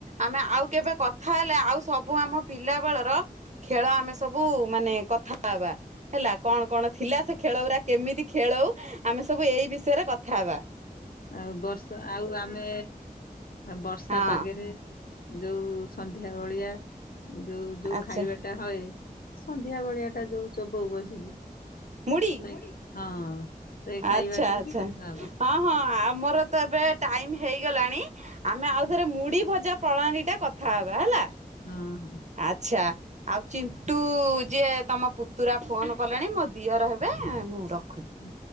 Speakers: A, on the right (about 50°); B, on the left (about 70°).
A: ଆମେ ଆଉ କେବେ କଥା ହେଲେ ଆଉ ସବୁ ଆମ ପିଲା ବେଳର ଖେଳ ଆମେ ସ ସବୁ ମାନେ କଥା ହେବା ହେଲା କଣ କଣ ଥିଲା ସେ ଖେଳଉରା କେମିତି ଖେଳଉ ଆମେ ସବୁ ଏଇ ବିଷୟରେ କଥା ହବା।
B: ଆଉ ବର୍ଷା ଆଉ ଆମେ ବର୍ଷା
A: ହଁ
B: ପାଗେରେ ଯୋଉ ସନ୍ଧ୍ୟା ବଳିଆ ଯୋଉ ଯୋଉ
A: ଆଚ୍ଛା
B: ଖାଇବା ଟା ହଏ ସନ୍ଧ୍ୟା ବଳିଆ ଟା ଯୋଉ ଚୋବଉ ବସିକି
A: ମୁଢି
B: ସେଇ ହଁ। ସେଇ
A: ଆଚ୍ଛା
B: ଖାଇବାଟା
A: ଆଚ୍ଛା
B: ବି କଥା
A: ହଁ।
B: ହବା
A: ହଁ ଆମର ତ ଏବେ ଟାଇମ ହେଇଗଲାଣି ଆମେ ଆଉଥରେ ମୁଡ଼ି ଭଜା ପ୍ରଣାଣିଟା କଥାହବା ହେଲା।
B: ହଁ ହଁ।
A: ଆଚ୍ଛା। ଆଉ ଚିଣ୍ଟୁ ଯିଏ ତମ ପୁତୁରା ଫୋନ କଲେଣି ମୋ ଦିଅର ହେବେ ମୁଁ ର
B: ହୁଁ